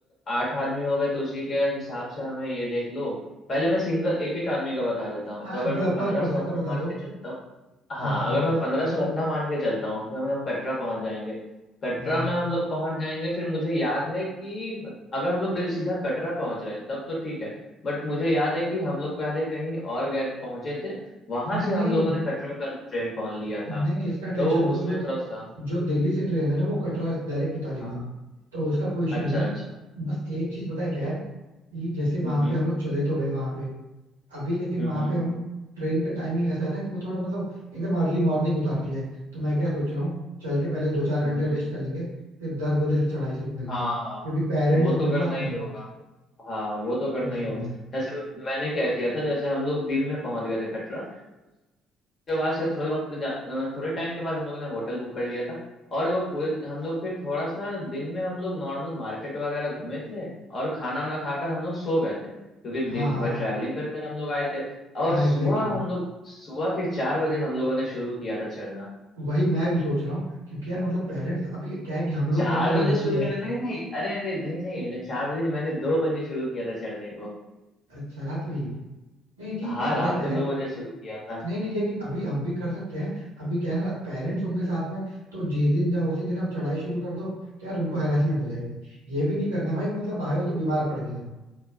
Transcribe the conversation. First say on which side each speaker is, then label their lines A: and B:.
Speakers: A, on the left (about 45°); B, on the right (about 85°).
A: आठ आदमी हो गए तो उसी के हिसाब से हमें ये देख लो पहले मैं सिंगल एक एक आदमी का बता देता हूँ
B: हाँ
A: तो अगर
B: मतलब
A: मैं पंद्रह
B: पर पर्सन
A: सौ अपना
B: का बता
A: मान
B: दो
A: के चलता हूँ हाँ
B: हाँ हाँ
A: अगर मैं पंद्रह सौ अपना मान के चलता हूँ फिर हम लोग कटरा पहुंच जाएंगे कटरा
B: हाँ
A: में हम लोग पहुंच जाएंगे फिर मुझे याद है कि अगर हम लोग सीधा कटरा पहुंच रहे हैं तब तो ठीक है बट मुझे याद है कि हम लोग पहले कहीं और गए पहुंचे थे वहां
B: नहीं
A: से
B: नहीं
A: हम लोगों ने कटरा का ट्रेन पकड़ लिया
B: नहीं
A: था
B: नहीं इसका टेंशन
A: तो
B: मतलब
A: उसमें
B: जो
A: थोड़ा सा
B: जो दिल्ली से ट्रेन है ना वो कटरा डायरेक्ट उतारेगी
A: हाँ हाँ
B: तो उसका कोई इशू
A: अच्छा
B: नहीं है
A: अच्छा
B: बस एक चीज पता है क्या है कि जैसे वहां
A: हम्म हम्म
B: पे हम लोग चले तो गए वहां पे अभी लेकिन
A: हम्म
B: वहां
A: हम्म
B: पे हम ट्रेन का टाइमिंग ऐसा है ना कि वो थोड़ा मतलब एकदम अर्ली मॉर्निंग उतारती है तो मैं क्या सोच रहा हूँ चल के पहले दो चार
A: हम्म,
B: घंटे
A: हम्म।
B: रेस्ट कर लेंगे फिर दस बजे से चढ़ाई शुरू करेंगे
A: हाँ
B: क्योंकि
A: हाँ
B: पेरेंट्स
A: वो
B: होंगे
A: तो
B: ना
A: करना
B: साथ
A: ही
B: में
A: होगा हाँ वो तो
B: तो
A: करना
B: इसलिए
A: ही होगा जैसे मैंने क्या किया था जैसे हम लोग दिन में पहुंच गए थे कटरा के बाद से थोड़े वक्त जा- थोड़े टाइम के बाद हम लोगों ने होटल बुक कर लिया था और वो पूरे हम लोग फिर थोड़ा सा दिन में हम लोग नॉर्मल मार्केट वगैरह घूमे थे और खाना वाना खाकर हम लोग सो गए थे क्योंकि
B: हाँ
A: दिन
B: हाँ
A: भर ट्रैवलिंग कर कर हम लोग आए थे और
B: हाँ
A: सुबह
B: एग्जैक्टली exactly.
A: हम लोग सुबह के चार बजे हम लोगों ने शुरू किया था चढ़ना
B: वही मैं भी सोच रहा हूँ क्योंकि यार मतलब पेरेंट्स अभी क्या है कि हम लोग
A: चार
B: के अंदर एनर्जी
A: बजे शुरू
B: है
A: किया था नहीं नहीं अरे अरे नहीं नहीं मैंने चार बजे नहीं मैंने दो बजे शुरू किया था चढ़ने को
B: अच्छा रात में ही नहीं ठीक
A: हाँ
B: है पता
A: रात
B: है क्या
A: को
B: है
A: दो बजे शुरू किया था
B: नहीं नहीं लेकिन अभी हम भी कर सकते हैं अभी क्या है ना पेरेंट्स होंगे साथ में तो जिस दिन जाओ उसी दिन आप चढ़ाई शुरू कर दो तो यार उनको हेरासमेंट हो जाएगी ये भी नहीं करना भाई कि मतलब आए हो तो बीमार पड़ के जाओ